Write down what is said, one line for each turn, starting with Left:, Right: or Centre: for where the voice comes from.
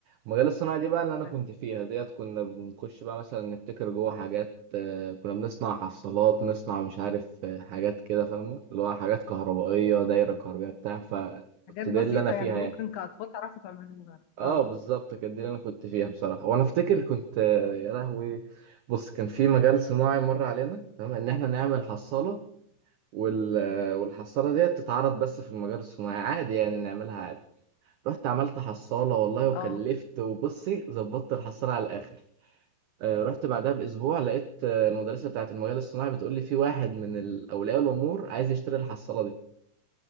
Right: المجال الصناعي دي بقى اللي انا
Left: حلو
Right: كنت فيها ديت كنا بنخش بقى مثلا نبتكر جوه حاجات آه، كنا بنصنع حصالات نصنع مش عارف آه، حاجات كده فاهمة اللي هو حاجات كهربائية دايرة كهربائية بتاع فكنت
Left: حاجات بسيطه
Right: ده اللي انا فيها
Left: يعني ممكن
Right: يعني
Left: كاطفال تعرفوا تعملوها
Right: اه
Left: اه
Right: بالظبط كانت دي اللي انا كنت فيها بصراحه وانا افتكر كنت آه، يا لهوي بص كان في مجال صناعي مر علينا تمام ان احنا نعمل حصاله وال... آه، والحصاله ديت تتعرض بس في المجال الصناعي عادي يعني نعملها عادي رحت عملت حصاله والله وكلفت
Left: اه
Right: وبصي ظبطت الحصاله على الاخر آه، رحت بعدها باسبوع لقيت آه، المدرسه بتاعه المجال الصناعي بتقول لي في واحد من ال- اولياء الامور عايز يشتري الحصاله دي